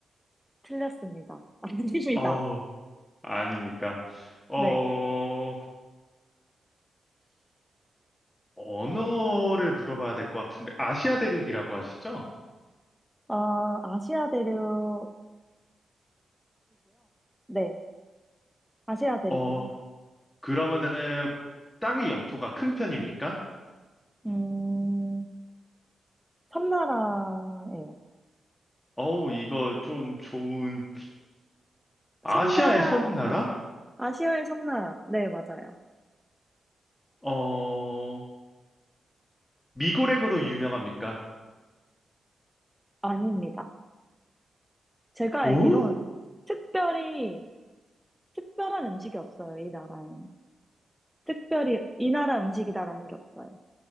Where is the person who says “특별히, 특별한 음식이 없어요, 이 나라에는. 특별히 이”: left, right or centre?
Centre